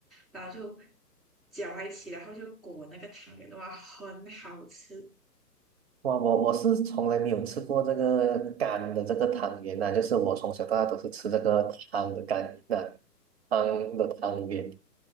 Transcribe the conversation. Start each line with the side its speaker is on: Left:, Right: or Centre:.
Centre: 然后就搅在一起，然后就裹那个汤圆的话，很好吃。
Right: 哇，我我是从来没有吃过这个干的这个汤圆呐、就是我从小到大都是吃这个汤的干圆呐、汤的汤圆。